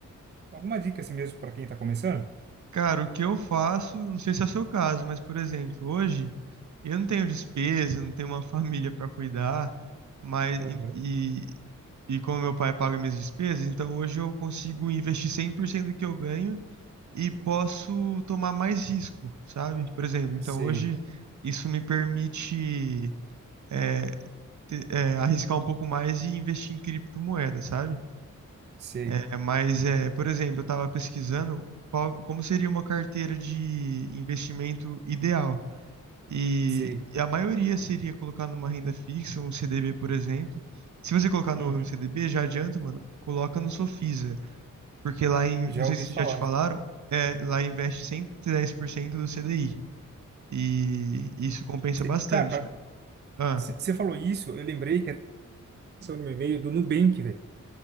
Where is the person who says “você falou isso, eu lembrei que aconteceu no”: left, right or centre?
Right